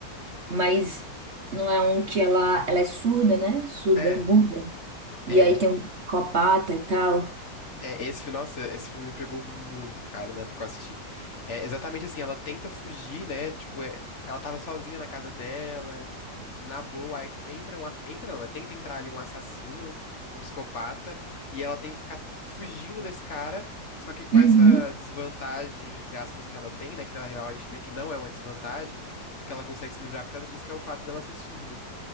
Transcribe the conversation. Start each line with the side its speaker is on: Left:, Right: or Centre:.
Right: Mas não é um que ela, ela é surda, né? Surda,
Left: É,
Right: muda. E
Left: é.
Right: aí tem um psicopata e tal.
Left: É, esse, fi- nossa, esse filme me pegou muito, cara, na época que eu assisti. É exatamente assim, ela tenta fugir, né? Tipo, é- ela tava sozinha na casa dela, na boa, aí entra um, a- entra não, né? Tenta entrar ali um assassino, um psicopata, e ela tem que ficar fugindo desse cara, só que com
Right: Uhum.
Left: essa desvantagem, entre aspas, que ela tem, né? Que na real a gente vê que não é uma desvantagem, porque ela consegue se livrar por causa disso, que é o fato dela ser surda.